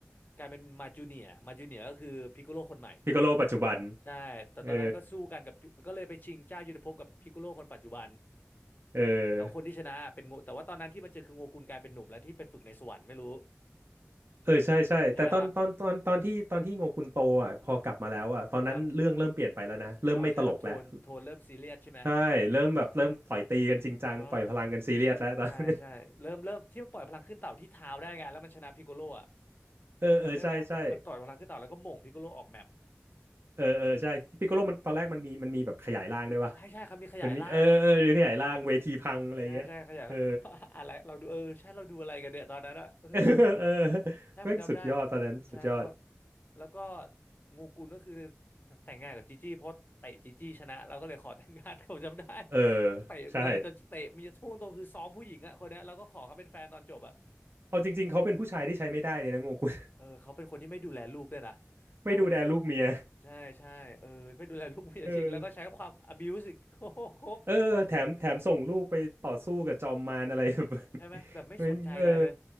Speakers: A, on the left; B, on the right.
A: กลายเป็นมาจูเนียมาจูเนียก็คือพิโกโลคนใหม่แต่
B: พิโกโลปัจจุบัน
A: ใช่ แต่ตอนนั้นก็สู้กันกับพี่ก็เลยไปชิงเจ้ายุทธภพกับพิกโกโลคนปัจจุบัน
B: เออเออ
A: เราคนที่ชนะเป็นโงแต่ว่าตอนนั้นที่มาเจอคือโงกุลกลายเป็นหนุ่มแล้วที่ไปฝึกในสวรรค์ไม่รู้
B: เออใช่ใช่แต่ตอนตอนตอนตอนที่ตอนที่โงกุนโตอ่ะพอกลับมาแล้วอ่ะตอนนั้นเรื่องเริ่มเปลี่ยนไปแล้วนะเริ่มไม่ตลกแล้ว
A: ใช่ไหมครับครับอ๋อใช่ครับโทนโทนเริ่มซีเรียสใช่ไหม
B: ใช่เริ่มแบบเริ่มต่อยตีกันจริงจังปล่อยพลังกันซีเรียสแล้วตอน
A: ใช่ใช่ใช่เริ่มเริ่มที่มันปล่อยพลังขึ้นเต่าที่เท้าได้ไงแล้วมันชนะพิกโกโลอ่ะ
B: <laughs> เออเออใช่ใช่
A: จำได้ไหมมันต่อยพลังขึ้นเต่าแล้วก็หม่งพิกโกโลออกแมป
B: เออเออใช่พิกโกโลมันตอนแรกมันมีมันมีแบบขยายร่างด้วยป่ะ
A: ใช่ใช่ครับมีขยายร่าง
B: มันมีเออเออหรือขยายร่างเวทีพังอะไรเงี้ยเออ
A: ใช่ใช่ขยายแล้ว <laughs> อะไรเราดูเออใช่เราดูอะไรกันเนี่ยตอนนั้นอะเฮ้ย
B: <laughs> เออเออ
A: ใช่ผมจำได้
B: แม่งสุดยอดตอนนั้นสุดยอด
A: ใช่แล้วก็แล้วก็งูกุลก็คือแต่งงานกับจีจี้เพราะเตะจีจี้ชนะเราก็เลยขอแต่งงานเขาจำได้
B: เออ
A: เตะเมียจนเตะเมียพูดตรงคือซ้อมผู้หญิงอะคนเนี้ยแล้วก็ขอเขาเป็นแฟนตอนจบอะ
B: ใช่เอาจริงๆเขาเป็นผู้ชายที่ใช้ไม่ได้เลยนะโงกุล
A: เออเขาเป็นคนที่ไม่ดูแลลูกด้วยนะ
B: <laughs> ไม่ดูแลลูกเมีย
A: ถ้ามานึกดูใช่ใช่เออไม่ดูแลลูกเมียจริงแล้วก็ใช้ความ
B: เออ
A: abuse อีกโคตรครบ
B: เออแถมแถมส่งลูกไปต่อสู้กับจอมมารอะไร <laughs> แบบ <laughs>
A: ใช่ไหมแบบไม่สนใจอะไรเลย
B: ไม่เออ